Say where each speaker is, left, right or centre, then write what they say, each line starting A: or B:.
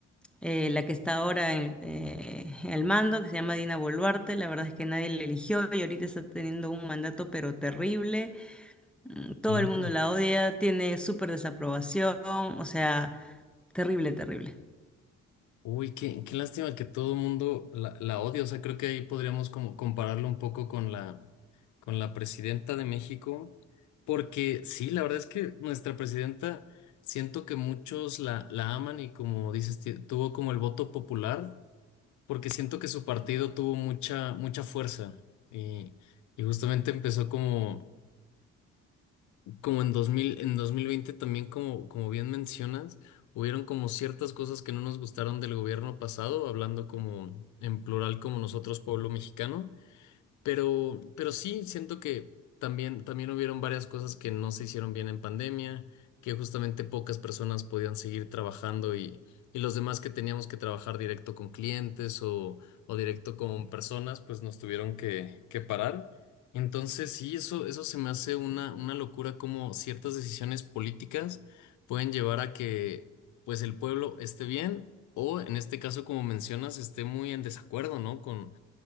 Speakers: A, in the centre; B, on the left (about 75°).
A: eh, la que está ahora en, eh, en el mando, que se llama Dina Boluarte. La verdad es que nadie la eligió y ahorita está teniendo un mandato pero terrible. Mm, Todo
B: ok.
A: el mundo la odia, tiene súper desaprobación, o sea, terrible, terrible.
B: Uy, qué, qué lástima que todo el mundo la, la odia. O sea, creo que ahí podríamos como compararlo un poco con la, con la presidenta de México, porque sí, la verdad es que nuestra presidenta siento que muchos la, la aman y como dices, ti- tuvo como el voto popular, porque siento que su partido tuvo mucha, mucha fuerza y, y justamente empezó como como en 2000, en 2020 también como, como bien mencionas, hubieron como ciertas cosas que no nos gustaron del gobierno pasado, hablando como en plural como nosotros, pueblo mexicano, pero, pero sí, siento que también, también hubieron varias cosas que no se hicieron bien en pandemia, que justamente pocas personas podían seguir trabajando y, y los demás que teníamos que trabajar directo con clientes o, o directo con personas, pues nos tuvieron que, que parar. Entonces, sí, eso, eso se me hace una, una locura como ciertas decisiones políticas pueden llevar a que pues el pueblo esté bien o en este caso, como mencionas, esté muy en desacuerdo, ¿no? Con,